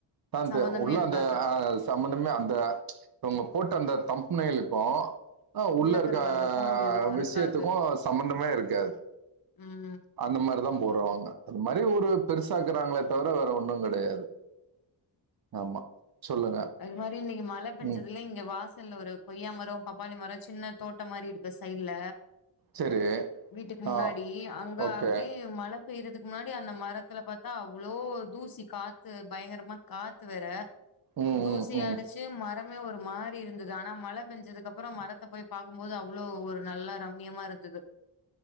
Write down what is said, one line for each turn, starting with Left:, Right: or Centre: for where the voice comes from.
Right: தான்ட்டு
Left: சம்பந்தமே
Right: உள்ள
Left: இருக்காது
Right: அந்த அ சம்மந்தமே அந்த ப்ப இவங்க போட்ட அந்த தம்ப் நைலுக்கு அ உள்ள
Left: உள்ளக்க
Right: இருக்க
Left: இருக்கறதுக்கு எதுவு
Right: விஷயத்துக்கு
Left: இருக்காது
Right: சம்மந்தமே இருக்காது
Left: ம்
Right: அந்த மாரிதா போடுறவாங்க அது மாரி ஒரு பெருசாக்குறாங்களே தவிர வேற ஒன்னுங்கெடையாது ஆமா சொல்லுங்க
Left: அது மாரி இன்னைக்கு மழழ பெஞ்சதுல
Right: ம்
Left: இங்க வாசல்ல ஒரு கொய்யா மரோ பப்பாளி மரோ சின்ன தோட்டம் மாரி இருக்கு சைட்ல
Right: சரி
Left: வீட்டுக்கு முன்னாடி
Right: ஆ
Left: அங்க
Right: ஓகே
Left: அப்டி மழ பேய்றதுக்கு முன்னாடி அந்த மரத்துல பாத்தா அவ்ளோ தூசி காத்து பயங்கரமா காத்து வேற
Right: ம்
Left: தூசியாய்டுச்
Right: ம் ம்
Left: து மரமே ஒரு மாரி இருந்தது ஆனா மழ பெஞ்சதுக்கு அப்றோ மரத்த போய் பாக்கும் போது அவ்ளோ ஒரு நல்ல ரம்யமா இருக் தது